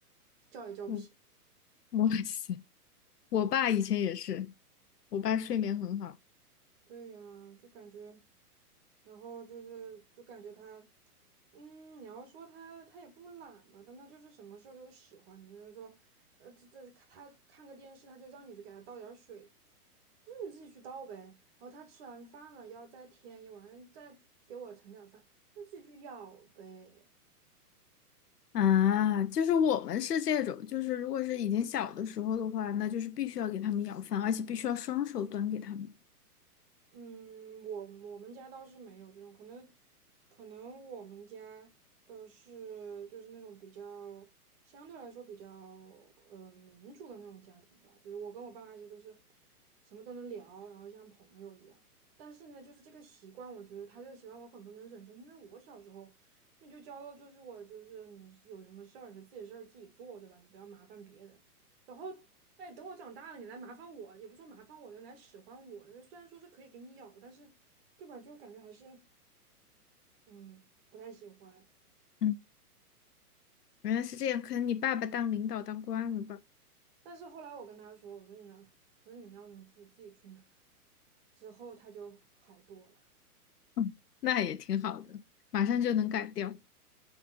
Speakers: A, on the right (about 40°); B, on the left (about 85°).
A: 叫也叫不醒。
B: 嗯 <laughs> 哇塞，我爸以前也是，我爸睡眠很好
A: 对呀，就感觉。然后就是就感觉他，嗯，你要说他他也不懒吧，但他就是什么事儿都使唤你，比如说，呃，这这他看个电视，他就让你去给他倒点儿水，我说你自己去倒呗。然后他吃完饭了，要再添一碗，再给我盛点儿饭，你自己去舀呗。
B: 啊，就是我们是这种，就是如果是以前小的时候的话，那就是必须要给他们舀饭，而且必须要双手端给他们。
A: 嗯，我我们家倒是没有这种，可能可能我们家的是就是那种比较相对来说比较呃民主的那种家庭吧，就是我跟我爸妈其实都是什么都能聊，然后像朋友一样。但是呢，就是这个习惯，我觉得他这个习惯我很不能忍受，因为我小时候那就教了，就是我就是你有什么事儿你就自己事儿自己做，对吧？你不要麻烦别人。然后哎，等我长大了，你来麻烦我，也不说麻烦我，就来使唤我。虽然说是可以给你咬，但是，对吧？就感觉还是，嗯，不太喜欢。
B: 嗯。原来是这样，可能你爸爸当领导当惯了吧？
A: 但是后来我跟他说，我说你要，我说你要什么自己自己去拿。之后他就好多了。
B: 嗯，那也挺好的，马上就能改掉。